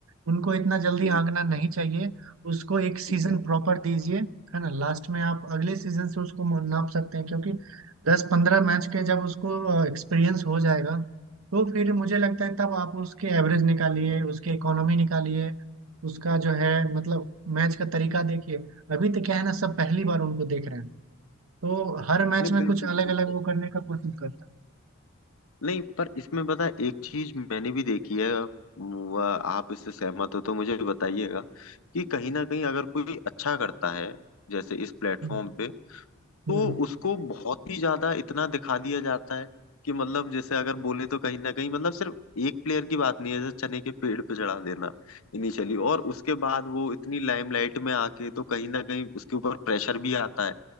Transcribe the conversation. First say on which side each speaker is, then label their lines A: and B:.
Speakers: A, on the right (about 80°); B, on the left (about 85°).
A: उनको इतना जल्दी
B: हम्म,
A: आंकना नहीं चाहिए उसको एक सीजन
B: बिल्कुल
A: प्रॉपर दीजिए है ना लास्ट में आप अगले सीजन से उसको मो- नाप सकते हैं क्योंकि दस पंद्रह मैच के जब उसको एक्सपीरियंस हो जाएगा तो फिर मुझे लगता है तब आप उसके एवरेज निकालिए उसके इकोनॉमी निकालिए उसका जो है मतलब मैच का तरीका देखिए अभी तो क्या है ना सब पहली बार उनको देख रहे हैं तो हर मैच
B: नहीं
A: में
B: बिल्कुल
A: कुछ अलग
B: बिल्कुल
A: अलग वो करने का कोशिश करता
B: नहीं पर इसमें पता है एक चीज मैंने भी देखी है आप वह- आप इससे सहमत हो तो मुझे बताइएगा कि कहीं ना कहीं अगर कोई अच्छा करता है जैसे इस प्लेटफॉर्म
A: है हम्म
B: पे
A: हम्म।
B: तो उसको बहुत ही ज्यादा इतना दिखा दिया जाता है कि मतलब जैसे अगर बोले तो कहीं ना कहीं मतलब सिर्फ एक प्लेयर की बात नहीं है जैसे चने के पेड़ पे चढ़ा देना इनिशियली और उसके बाद वो इतनी लाइमलाइट में आके तो कहीं ना कहीं उसके ऊपर प्रेशर भी आता है